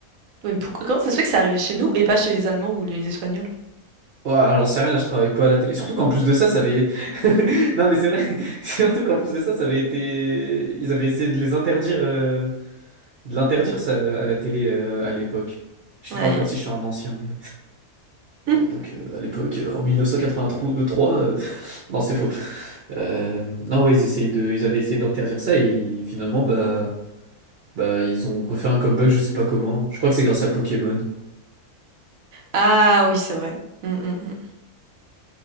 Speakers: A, on the right; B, on the right.
A: Oui, mais pourquoi- Comment ça se fait que c'est arrivé chez nous et pas chez les Allemands ou les Espagnols?
B: Ouais, alors, j'en sais rien, je travaille pas à la télé. Surtout qu'en plus de ça, ça avait... <laughs> Non, mais c'est vrai. <laughs> Surtout qu'en plus de ça, ça avait été... Ils avaient essayé de les interdire, euh, de l'interdire, ça, à la télé, euh, à l'époque. Je te
A: Ouais,
B: parle comme
A: ouais.
B: si je suis un ancien, mais...
A: Hmm
B: Euh, Donc, euh, à l'époque, euh, en 1983... euh, <laughs> Non, c'est faux. Euh, Non, ouais, ils essayaient de... Ils avaient essayé d'interdire ça, et finalement, bah... Bah, ils ont refait un comeback, je sais pas comment. Je crois que c'est grâce à Pokémon.
A: Ah oui, c'est vrai. Hmm, hmm, hmm.